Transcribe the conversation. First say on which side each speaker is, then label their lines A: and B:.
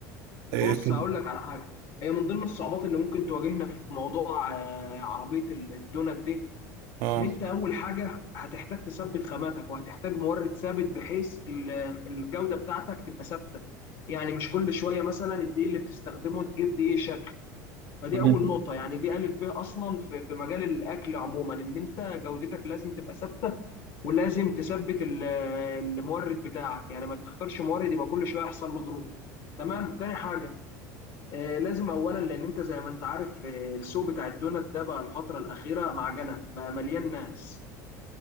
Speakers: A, on the left (about 60°); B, on the right (about 70°).
A: بص
B: إيه في
A: هقول لك على حاجه هي من ضمن الصعوبات اللي ممكن تواجهنا في موضوع آه، عربيه الدونات دي
B: اه
A: ان انت اول حاجه هتحتاج تثبت خاماتك وهتحتاج مورد ثابت بحيث ال- الجوده بتاعتك تبقى ثابته يعني مش كل شويه مثلا الدقيق اللي بتستخدمه تجيب دقيق شكل فدي
B: مم.
A: اول نقطه يعني دي الف ب اصلا في في مجال الاكل عموما ان انت جودتك لازم تبقى ثابته ولازم تثبت ال- المورد بتاعك يعني ما تختارش مورد يبقى كل شويه يحصل له ضروب تمام تاني حاجه آه لازم اولا لان انت زي ما انت عارف آه السوق بتاع الدونات ده بقى الفتره الاخيره معجنه بقى مليان ناس